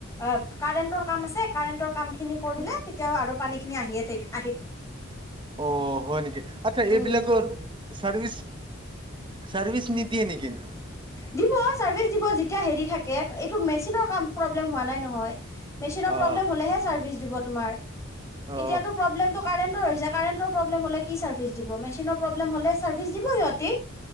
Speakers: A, on the left (about 15°); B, on the right (about 25°).
A: আপ কাৰেণ্ট টোৰ কাম আছে কাৰেণ্টৰ কাম খিনি কৰিলে
B: উম
A: আৰু পানী খিনি আহিয়ে থাকিব
B: অ হয় নেকি আচ্ছা
A: উম,
B: এইবিলাকৰ চাৰ্ভিচ চৰ্ভিছ নিদিয়ে নিকিন
A: দিব চাৰ্ভিচ দিব যেতিয়া হেৰি থাকে এইটো মেচিনৰ কাম প্ৰব্লেম হোৱা নাই নহয় মেচিনৰ
B: অ
A: প্ৰব্লেম হলেহে চাৰ্ভিছ দিব তোমাৰ
B: অ
A: এতিয়াতো প্ৰব্লেমটো কাৰেন্টৰ হৈ যে কাৰেণ্টৰ প্ৰব্লেম হলে কি চাৰ্ভিছ দিব মেচিনৰ প্ৰব্লেম হলে চাৰ্ভিছ দিবই সিহঁতি